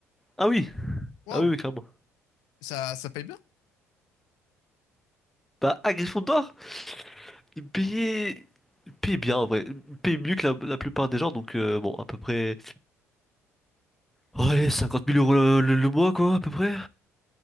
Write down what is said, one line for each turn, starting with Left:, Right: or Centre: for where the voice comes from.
Centre: Ah oui,
Left: Waouh,
Centre: ah oui, oui, clairement.
Left: ça, ça paye bien?
Centre: Bah, à Gryffondor, ils me payaient, ils me payaient bien, en vrai. Ils me payaient mieux que la, la plupart des gens, donc euh, bon, à peu près. Oh, allez, 50 000 euros le, le- le mois, quoi, à peu près.